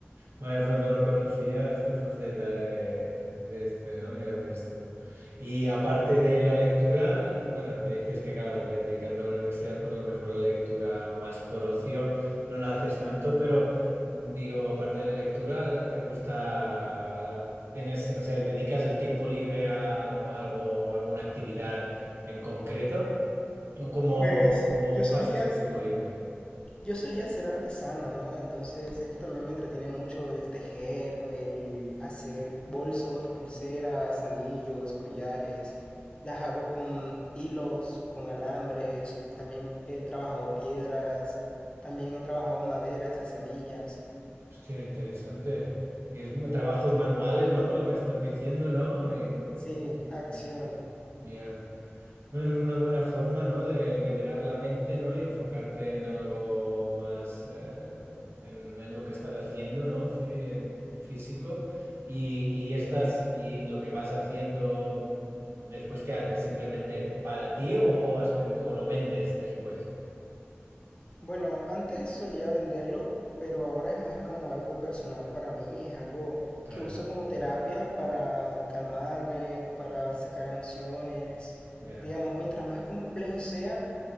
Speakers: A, on the right; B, on the left.
A: Vaya, pues no lo conocía esta faceta de, de este, ¿no? Ya ves tú. Y aparte de la lectura, bueno, me dices que, claro, de- dedicando a la universidad, pues a lo mejor la lectura más por ocio no la haces tanto, pero mm, digo, aparte de la lectura, ¿te gusta, tienes, no sé, dedicas el tiempo libre a algo, algo- alguna actividad en concreto? ¿O cómo,
B: Pues
A: cómo
B: yo solía,
A: pasas tu tiempo libre?
B: yo solía ser artesano, ¿no? Entonces esto también me entretiene mucho el tejer, o el hacer bolsos, pulseras, anillos, collares. Las hago con hilos, con alambres. También he trabajado piedras. También he trabajado maderas y semillas.
A: Hostia, interesante. Y es ma- trabajos manuales, ¿no? Por lo que me estás diciendo, ¿no? Y- y-
B: Sí, acción.
A: mm, ya. Bueno, es una buena forma, ¿no? De liberar la mente, ¿no? Y enfocarte en algo más, eh, en, en lo que estás haciendo, ¿no? Fí- eh, físico. Y, y estas, y lo que vas haciendo mm, después, ¿qué haces? ¿Simplemente para ti o, o has pen- o lo vendes después?
B: Bueno, antes solía venderlo, pero ahora es más como algo personal para mí, es algo
A: Claro,
B: que uso como terapia para calmarme, para sacar emociones.
A: ya,
B: Digamos, mientras más complejo sea,